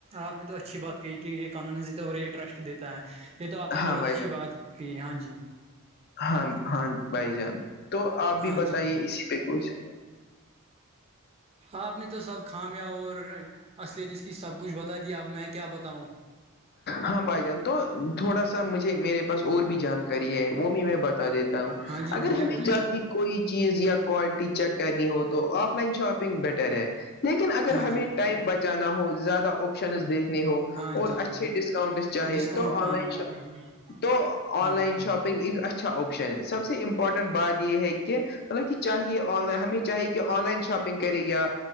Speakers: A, on the right (about 30°); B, on the left (about 45°).
A: آپ نے تو اچھی بات کہی کہ یہ قانونی دیتے اور یہ ٹرسٹ دیتا ہے یہ تو آپ نے
B: ہاں
A: بہت
B: بھائی
A: اچھی بات کہ ہاں جی
B: ہاں ہاں بھائی جان تو آپ
A: ہاں
B: بھی بتائیے
A: جی
B: اسی پہ کچھ
A: آپ نے تو سب خامیاب اور اصلت اس کی سب کچھ بتا دیا اب میں کیا بتاؤں
B: ہاں بھائی جان تو تھوڑا سا مجھے میرے پاس اور بھی جانکاری ہے وہ بھی میں بتا دیتا ہوں
A: ہاں جی
B: اگر
A: بولے
B: ہمیں
A: بولے
B: جلدی کوئی چیز یا کوالٹی چیک کرنی ہو تو آف لائن شاپنگ بیٹر ہے لیکن اگر
A: ہاں
B: ہمیں
A: جی
B: ٹائم بچانا ہو زیادہ آپشنز دیکھ نہیں ہو
A: ہاں
B: اور
A: جی
B: اچھے ڈسکاؤنٹ چاہے
A: ڈسکاؤنٹ
B: تو
A: پانا
B: آن لائن
A: ہے
B: شاپ تو آن
A: ہاں
B: لائن
A: جی
B: شاپ ایک اچھا آپشن ہے سب سے امپورٹنٹ بات یہ ہے کہ مط کہ چاہے آن لائن ہمیں چاہے کہ آن لائن شاپنگ کرے یا